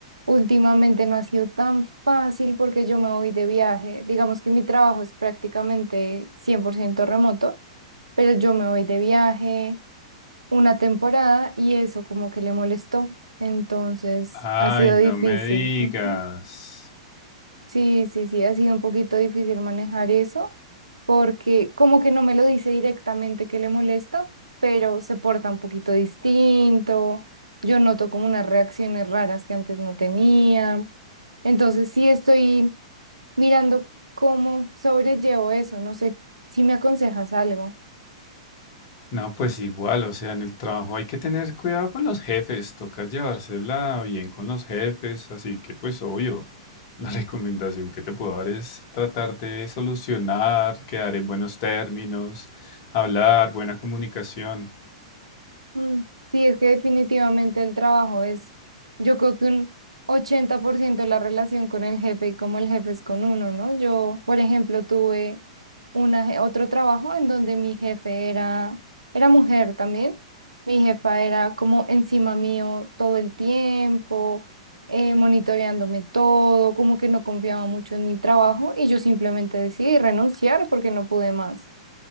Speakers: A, on the right; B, on the left.
A: últimamente no ha sido tan fácil porque yo me voy de viaje. Digamos que mi trabajo es prácticamente 100% remoto, pero yo me voy de viaje una temporada y eso como que le molestó. Entonces
B: Ay,
A: ha sido
B: no
A: difícil.
B: me digas.
A: Ujú. Sí, sí, sí, ha sido un poquito difícil manejar eso porque como que no me lo dice directamente que le molesta, pero se porta un poquito distinto, yo noto como unas reacciones raras que antes no tenía, entonces sí estoy mirando cómo sobrellevo eso, no sé si me aconsejas algo.
B: No, pues igual, o sea, en el trabajo hay que tener cuidado con los jefes, toca llevársela bien con los jefes, así que pues obvio, <laughs> la recomendación que te puedo dar es tratar de solucionar, quedar en buenos términos, hablar, buena comunicación.
A: Mm, Sí, es que definitivamente el trabajo es, yo creo que un 80% la relación con el jefe y cómo el jefe es con uno, ¿no? Yo, por ejemplo, tuve una, je- otro trabajo en donde mi jefe era, era mujer también. Mi jefa era como encima mío todo el tiempo, eh, monitoreándome todo, como que no confiaba mucho en mi trabajo y yo simplemente decidí renunciar porque no pude más.